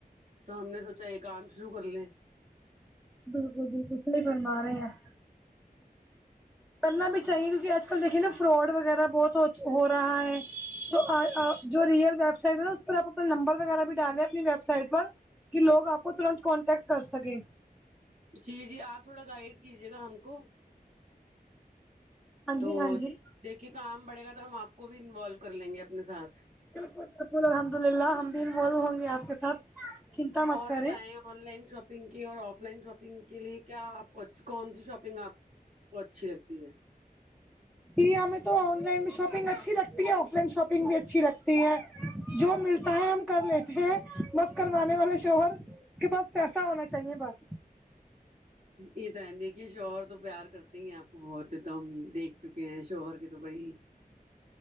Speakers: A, on the right; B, in the centre.
A: تو ہم نے سوچا یہ کام شروع کر لیں
B: بالکل بالکل صحیح فرما رہے اپ کرنا بھی چاہیے کیونکہ آج کل دیکھیے نا فراڈ وغیرہ بہت ہو ہو رہا ہے جو اج اپ جو ریئل ویب سائٹ ہے نا اس پرپ اپنا نمبر وغیرہ بھی دالے اپنی ویب سائٹ پر کہ لوگ آپ کو ترنت کانٹیکٹ کر سکیں
A: جی جی آپ تھوڑا گائڈ کیجیے گا ہم کو
B: ہاں
A: تو
B: جی ہاں جی
A: دیکھیے کام بڑے گا تو ہم آپ کو بھی انولو کر لیں گے اپنے ساتھ
B: بالکل شکر الحمد للہ ہم بھی انولو ہوں گے آپ کے ساتھ چنتا مت
A: اور
B: کریں
A: بتائیں آن لائن شاپنگ کی اور آف لائن شاپنگ کے لیے کیا آپ کو کون سی شاپ پنگ آپ کو اچھی لگتی ہے
B: ج ہمیں تو آن لائن بھی شاپنگ اچھی لگتی ہے آف لائن شاپنگ بھی اچھی لگتی ہے جو ملتا ہے ہم کر لیتے ہیں بس کروانے والے شوہر کے پاس پیسہ ہونا چاہیے بس
A: یہ تو ہے دیکھیے شوہر تو پیار کرتے ہی آپ کو بہت تو ہم دیکھ چکے ہیں شوہر کی تو بڑی